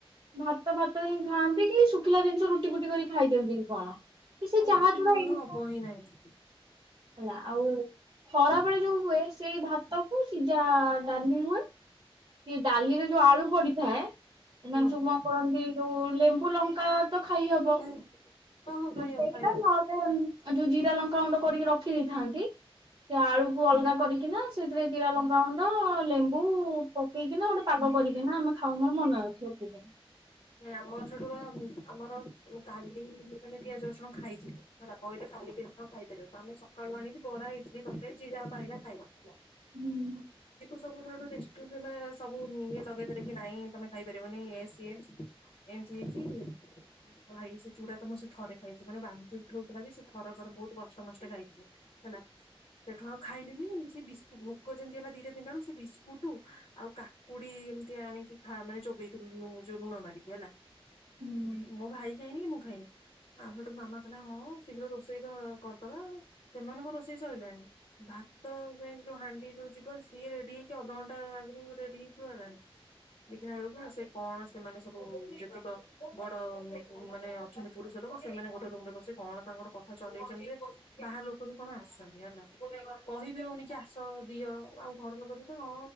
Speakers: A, on the right (about 50°); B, on the left (about 80°).
A: ଭାତ ଭାତ ହି ଖାଆନ୍ତି କି ଶୁଖିଲା ଜିନିଷ ରୁଟି ଫୁଟି କରି ଖାଇ ଦିଅନ୍ତି କଣ? କି ସେ
B: ମୋର
A: ଚାହା
B: ରୁଟି
A: ଚୁଡା
B: ମୂଳରୁ
A: ଏମିତି
B: ହବ ହିଁ ନାହିଁ।
A: ହେଲା ଆଉ ଖରାବେଳେ ଯୋଉ ହୁଏ ସେଇ ଭାତ କୁ ସିଝା ଆଳୁ ଡାଲି ହୁଏ ସେି ଡାଲିରେ ଯୋଉ ଆଳୁ ପଡିଥାଏ ଏମାନେ
B: ହୁଁ।
A: ସବୁ କରନ୍ତି ଯୋଉ ଲେମ୍ବୁ, ଲଙ୍କା ତ ଖାଇ ହବ
B: ହୁଁ ହଁ ହଁ ଖାଇହବ
A: ସେଇଟା
B: ଖାଇହବ।
A: ନହେଲେ ଆଉ ଯଉ ଜିରା, ଲଙ୍କା ଗୁଣ୍ଡ କରିକି ର ଖିଥାନ୍ତି ସେ ଆଳୁକୁ ଅଲଗା କରିକିନା ସେଥିରେ ଜିରା, ଲଙ୍କା ଗୁଣ୍ଡ, ଲେମ୍ବୁ ପକେଇକିନା ଗୋଟେ ପାଗ କରିକିନା ଆମେ ଖାଉ ମୋର ମନେ ଅଛି।
B: ଆମର ସେଠୁ ବା ଆମର କାଲି ମାନେ ପିଆଜ, ରସୁଣ ଖାଇଥିଲୁ। ହୁଏତ କାଲିି ପିଆଜ, ରସୁଣ ଖାଇପାରିବ। ତ ଆମେ ସକାଳୁ ଆଣିକି ବରା ଇଟଲିି ତରକାରୀ ଯିଏ ଯାହା ପାଇଲା ଖାଇଲା ହେଲା।
A: ହୁଁ
B: ସବୁୁାନେ <inaudible> ସବୁ ଇଏ ଲଗେଇଥିଲେ କି ନାଇଁ ତମେ ଖାଇପାରିବନି ଏ ଏମିତି ହେଇକି ଭାଇ ସେ ଚୁଡା ତ ମୁଁ ସେ ଥରେ ଖାଇଥିଲି ମାନେ ବାନ୍ତି ଉଠଉଥିଲା କି ସେ ଥରକରେ ବହୁତ କଷ୍ଟ ମଷ୍ଟ ଖାଇଥିଲେ ହେଲା ସେଠୁ ଆଉ ଖାଇଲେନି ସେ ମୁ <inaudible> ଯେମିତି ହେଲା ଦିଟା ତିନିଟା ବେଳକୁ ସେ ବିସ୍କୁଟୁ ଆଉ କାକୁଡି ଏମତି ଆଣିକି ମାନେ ଚୋବେଇଥିଲୁ ଯୋଉ ଲୁଣ ମାରିକି ହେଲା।
A: ହଁ।
B: ମୋ ଭାଇ ଖାଇନି କି ମୁଁ ଖାଇନି ଆଉ ସେଠୁ ମାମା କହିଲେ ହଁ ଶୀଘ୍ର ରୋଷେଇ ତ କରିଦବା ଆଉ ସେମାନଙ୍କ ରୋଷେଇ ସଇଲାଣି। ଭାତ ଯ ଯୋଉ ହାଣ୍ଡି ଯୋଉ ଯିବ ସିଏ ରେଡି ହେଇକି ଅଧଘଣ୍ଟା ଆଗରୁ ରେଡି ହେଇଥିବ ହେଲାଣି ଦେଖିଲା ବେଳକୁ ସେ କଣ ସେମାନେ ସବୁ ଯେତିକ ବଡ ମାନେ ଅଛନ୍ତି ପୁରୁଷ ଲୋକ ସେମାନେ ଗୋଟେ ରୁମ ରେ ବସିିକ କଣ ତାଙ୍କର କଥା ଚଲେଇଛନ୍ତି ଯେ ବାହାର ଲୋକ ବି କଣ ଆସିଛନ୍ତି ହେଲା। କହିବି ହଉନି କି ଆସ ଦିଅ <inaudible> ଆଉ ଘର ଲୋକ ରେ ହଁ